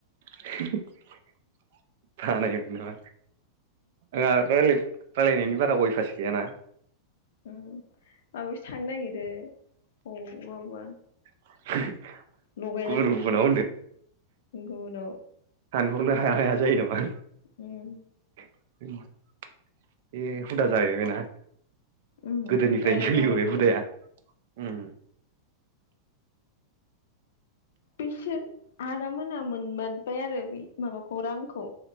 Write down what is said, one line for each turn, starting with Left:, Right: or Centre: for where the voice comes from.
Right: <unintelligible> आंहा रायलाय रायलायनायनि बारा अयभास गैयाना
Left: उम माबायावसो थांनो नागिरो अबा अबा
Right: <unintelligible>
Left: लगायला
Right: गुबुन
Left: जोब
Right: गुबुनाव
Left: एसे गुबुनाव
Right: हानहरनो हाया हाया जायो नामा
Left: उम
Right: <inaudible> बे हुदा जाहैबायना
Left: उम
Right: गोदोनिफ्रायनो
Left: रायलाय
Right: सोलिबोबाय
Left: दाव रायलाय
Right: हुदाया
Left: दाव
Right: उम
Left: बिसोर आदा मोना मोनबारबाय आरो बे माबाखौ रांखौ